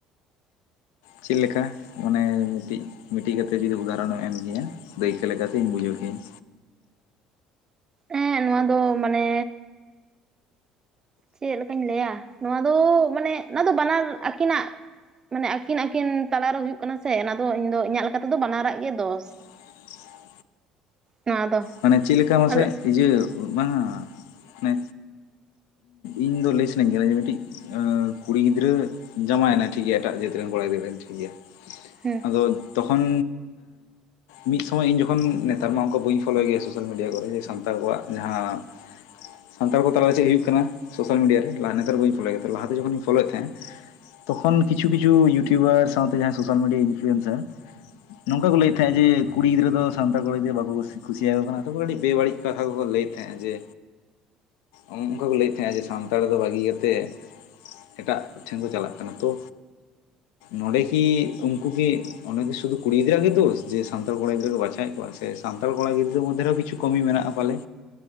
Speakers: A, on the left; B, on the right.
A: ᱪᱮᱜ ᱞᱮᱠᱟ ᱚᱱᱮ ᱢᱤᱫᱴᱤᱡ ᱢᱤᱫᱴᱤᱡ ᱠᱟᱛᱮ ᱡᱩᱫᱤ ᱩᱫᱟᱦᱟᱨᱚᱱ ᱮᱢ ᱠᱤᱧᱟ ᱫᱟᱹᱭᱠᱟᱹ ᱞᱮᱠᱟᱛᱮᱧ ᱵᱩᱡᱟᱹᱣ ᱠᱤᱭᱟᱹᱧ᱾
B: ᱮᱸ ᱜ ᱱᱚᱣᱟ ᱫᱚ ᱢᱟᱱᱮ ᱪᱮᱜ ᱞᱮᱠᱟᱧ ᱞᱟᱹᱭᱟ ᱱᱚᱣᱟ ᱫᱚ ᱢᱟᱱᱮ ᱱᱚᱣᱟ ᱫᱚ ᱵᱟᱱᱟᱨ ᱟᱠᱤᱱᱟᱜ ᱢᱟᱱᱮ ᱟᱠᱤᱱ ᱟᱠᱤᱱ ᱛᱟᱞᱟᱨᱮ ᱦᱩᱭᱩᱜ ᱠᱟᱱᱟ ᱥᱮ ᱚᱱᱟ ᱫᱚ ᱤᱧᱫᱚ ᱤᱧᱟᱜ ᱞᱮᱠᱟ ᱛᱮᱫᱚ ᱵᱟᱱᱟᱨᱟᱜ ᱜᱮ ᱫᱳᱥ
A: <inaudible>
B: ᱱᱚᱣᱟ ᱫᱚ
A: ᱢᱟᱱᱮ ᱪᱮᱫ ᱞᱮᱠᱟ ᱢᱟᱥᱮᱜ
B: ᱟᱫᱚ
A: ᱤᱭᱟᱹ ᱵᱟᱝᱟ ᱢᱟᱱᱮ ᱤᱧ ᱫᱚ ᱞᱟᱹᱭ ᱥᱟᱹᱱᱟᱹᱧ ᱠᱟᱱᱟ ᱡᱮ ᱢᱤᱴᱤᱡ ᱮ ᱠᱩᱲᱤ ᱜᱤᱫᱽᱨᱟᱹ ᱡᱟᱶᱟᱭ ᱮᱱᱟᱭ ᱴᱷᱤᱠ ᱜᱮᱭᱟ ᱮᱴᱟᱜ ᱡᱟᱹᱛ ᱨᱮᱱ ᱠᱚᱲᱟ ᱜᱤᱫᱽᱨᱟᱹ ᱴᱷᱮᱱ ᱴᱷᱤᱠ ᱜᱮᱭᱟ
B: ᱦᱩᱸ
A: ᱟᱫᱚ ᱛᱚᱠᱷᱚᱱ ᱢᱤᱫ ᱥᱚᱢᱚᱭ ᱤᱧ ᱡᱚᱠᱷᱚᱱ ᱱᱮᱛᱟᱨ ᱢᱟ ᱚᱱᱠᱟ ᱵᱟᱹᱧ ᱯᱷᱳᱞᱳᱭ ᱜᱮᱭᱟ ᱥᱳᱥᱟᱞ ᱢᱤᱰᱤᱭᱟ ᱠᱚᱨᱮ ᱡᱮ ᱥᱟᱱᱛᱟᱲ ᱠᱚᱣᱟᱜ ᱡᱟᱦᱟᱸ ᱥᱟᱱᱛᱟᱲ ᱠᱚ ᱛᱟᱞᱟᱨᱮ ᱪᱮᱜ ᱦᱩᱭᱩᱜ ᱠᱟᱱᱟ ᱥᱳᱥᱟᱞ ᱢᱤᱰᱤᱭᱟ ᱨᱮ ᱞᱟᱦ ᱱᱮᱛᱟᱨ ᱵᱟᱹᱧ ᱯᱷᱳᱞᱚᱭ ᱜᱮᱭᱟ ᱛᱚ ᱞᱟᱦᱟᱛᱮ ᱡᱚᱠᱷᱚᱱᱤᱧ ᱯᱷᱳᱞᱳ ᱭᱮᱫ ᱛᱟᱦᱮᱸᱫ ᱛᱚᱠᱷᱚᱱ ᱠᱤᱪᱷᱩ ᱠᱤᱪᱷᱩ ᱭᱩᱴᱩᱭᱩᱵᱟᱨ, ᱥᱟᱶᱛᱮ ᱡᱟᱦᱟᱸᱭ ᱥᱳᱥᱟᱞ ᱢᱤᱰᱤᱭᱟ ᱤᱱᱯᱷᱞᱩᱭᱮᱱᱥᱟᱨ ᱱᱚᱝᱠᱟ ᱠᱚ ᱞᱟᱹᱭ ᱛᱟᱦᱮᱸᱫ ᱡᱮ ᱠᱩᱲᱤ ᱜᱤᱫᱽᱨᱟᱹ ᱫᱚ ᱥᱟᱱᱛᱟᱲ ᱠᱚᱲᱟ ᱫᱤᱭᱟᱹ ᱵᱟᱠᱚ ᱠᱩᱥᱤᱜ, ᱠᱩᱥᱤᱭᱟᱠᱚ ᱠᱟᱱᱟ ᱛᱚᱵᱮ ᱠᱟᱹᱴᱤᱡ ᱵᱮᱵᱟᱹᱲᱤᱡ ᱠᱟᱛᱷᱟ ᱠᱚᱠᱚ ᱞᱟᱹᱭ ᱛᱮᱦᱮᱸᱜ-ᱟ ᱡᱮ ᱚᱝᱠᱟ ᱠᱚ ᱞᱟᱹᱭᱮᱫ ᱛᱟᱦᱮᱸᱫ-ᱟ ᱡᱮ ᱥᱟᱱᱛᱟᱲ ᱫᱚ ᱵᱟᱹᱜᱤ ᱭᱟᱛᱮᱜ ᱮᱴᱟᱜ ᱴᱷᱮᱱ ᱠᱚ ᱪᱟᱞᱟᱜ ᱠᱟᱱᱟ ᱛᱚ ᱱᱚᱰᱮ ᱠᱤ ᱩᱱᱠᱩ ᱠᱤ ᱚᱸᱰᱮᱜᱮ ᱥᱩᱫᱩ ᱠᱩᱲᱤ ᱜᱤᱫᱟᱹᱨᱟᱜ ᱜᱮ ᱫᱳᱥ ᱡᱮ ᱥᱟᱱᱛᱟᱲ ᱠᱚᱲᱟ ᱜᱤᱫᱽᱨᱟᱹ ᱠᱚ ᱵᱟᱪᱷᱟᱣᱮᱫ ᱠᱚᱣᱟ ᱥᱮ ᱥᱟᱱ ᱛᱟᱣᱲ ᱠᱚᱲᱟ ᱜᱤᱫᱽᱨᱟᱹ ᱢᱚᱫᱫᱷᱮ ᱨᱮᱦᱚᱸ ᱠᱤᱪᱷᱩ ᱠᱚᱢᱤ ᱢᱮᱱᱟᱜ-ᱟ ᱯᱟᱞᱮ?